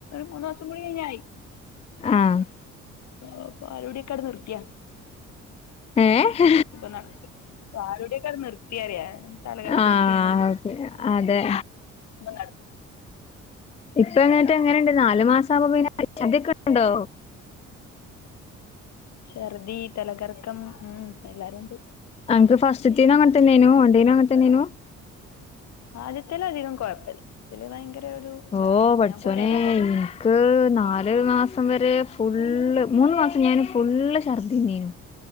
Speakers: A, on the left; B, on the left.
A: മൂന്ന് മാസം കൂടി കഴിഞ്ഞാ യി
B: ആഹ്
A: ആഹ് പാലുടിയൊക്കെ അടെ നിർത്തിയ
B: ഏഹ്
A: ഇപ്പൊ <unintelligible> പാലുടിയൊക്കെ നിർത്തിയറിയാ തലകറക്കും
B: ആഹ്
A: ക്ഷീണും
B: ഓക്കെ അതെ
A: <unintelligible>
B: ഇപ്പ ങ്ങട്ട് എങ്ങനെണ്ട് നാല് മാസം ആമ്പോ പിന്നെ ഛർദിക്കെണ്ടോ
A: ഛർദി, തലകറക്കം ഉം എല്ലാരുംണ്ട്.
B: അൻക് ഫസ്റ്റ്ത്തേനു അങ്ങനതന്നേനു. ഓന്റെനു അങ്ങനതന്നെനു
A: ആദ്യത്തേല് അധികം കുഴപ്പല്ല. ഇതില് ഭയങ്കര ഒരു ഇതാണ്
B: ഓ! പടച്ചോനെ
A: ഞാൻ പോരേലെന്നെ ഉള്ളെ
B: ഇ ക്ക് നാല് മാസം വരെ ഫുള്ള്, മൂന്ന് മാസം ഞാന് ഫുള്ള് ഛർദ്ദിന്നീനു